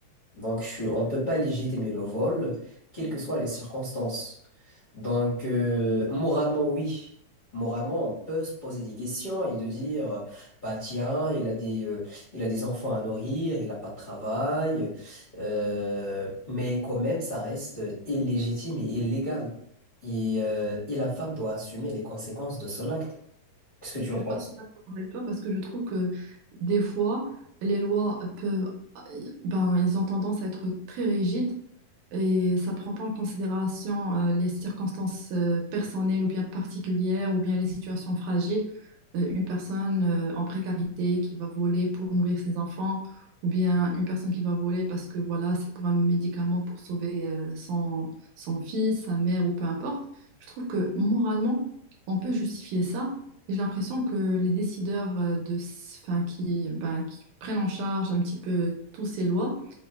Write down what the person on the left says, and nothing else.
Donc, je suis- on ne peut pas légitimer le vol, quelles que soient les circonstances. Donc, euh, moralement, oui. Moralement, on peut se poser des questions et de dire, euh, bah tiens, il a des, euh, il a des enfants à nourrir, il n'a pas de travail, euh, mais quand même, ça reste illégitime et illégal. Et, euh, et la femme doit assumer les conséquences de son acte. Qu'est-ce que
tu
en penses?